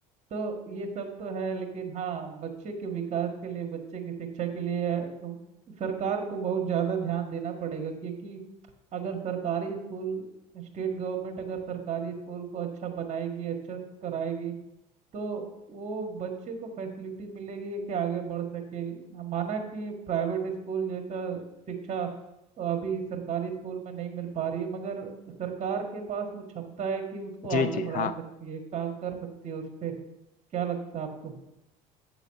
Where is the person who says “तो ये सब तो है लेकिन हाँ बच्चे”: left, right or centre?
Right